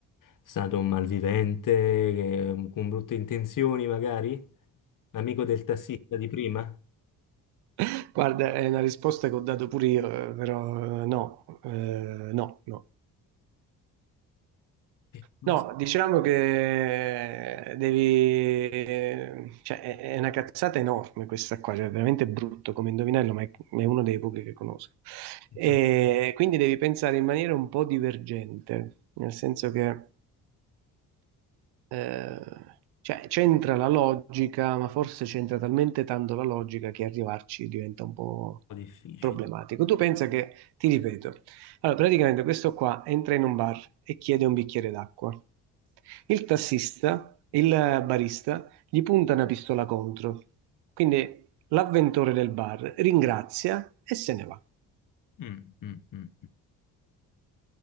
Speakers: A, on the left (about 50°); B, on the right (about 75°).
A: stato un malvivente, che- con brutte intenzioni magari? L'amico del tassista di prima?
B: <laughs> Guarda, è una risposta che ho dato pure io, eh, però eh, no, eh, no, no.
A: Che cosa?
B: No, diciamo che devi... Cioè, è è una cazzata enorme questa qua, cioè, è veramente brutto come indovinello, ma è è uno dei pochi che conosco. E
A: Un
B: quindi devi pensare in maniera un po' divergente, nel senso che Eh, cioè, c'entra la logica, ma forse c'entra talmente tanto la logica che arrivarci diventa un po'
A: po' difficile.
B: problematico. Tu pensa che, ti ripeto, allora praticamente questo qua entra in un bar e chiede un bicchiere d'acqua. Il tassista, il barista, gli punta una pistola contro. Quindi l'avventore del bar ringrazia e se ne va.
A: Mm, mm, mm.